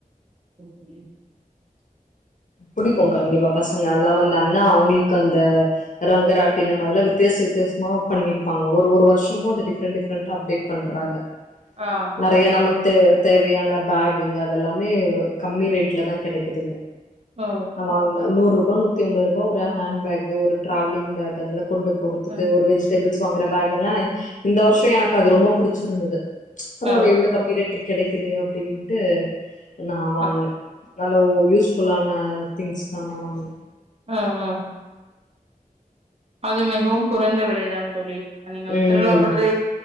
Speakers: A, on the right; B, on the left.
A: அப்டியா
B: புடிக்கு கண்டிப்பா பசங்கல்லா வந்த அண்ணா அவுங்களுக்கு அந்த ரங்கராட்டினம் அதெல்லா வித்தியாச வித்தியாசமா பண்ணிருப்பாங்க ஒரு ஒரு வருஷோ சும்மா அத டிஃப்ரென்ட் டிஃப்ரென்ட்டா அப்டேட் பண்றாங்க
A: ஆமாம்
B: நறைய
A: தோழி.
B: நமக் தே தேவையான பேக்குங்க அதெல்லாமே கம்மி ரேட்லதா கெடைக்குதுங்க
A: ஓ!
B: ஆ வாங்ல நூறூபா நூத்தி அம்பது ரூபா ஹேண்ட் பேக்கு ஒரு டிராவலிங் பேக் அதெல்லா கொண்டு போறதுக்கு
A: அ.
B: ஒரு வெஜ் டேபுள்ஸ் வாங்குற பேக் எல்லா இந்த வருஷோ எனக்கு அது ரொம்ப புடிச்சிருந்துது பரவாலையே
A: ஓ!
B: இவ்ளோ கம்மி ரேட்டு கிடைக்குதே அப்டின்ட்டு நா வாங்னே
A: அ.
B: நல்ல யூஸ் ஃபுல்லான திங்ஸ்தா நா வாங்குனே
A: ஆ ஆ அது மிகவும் குறைந்த விலைதான் தோழி நீங்கள்
B: ம்
A: திருவிழாப்பட் றை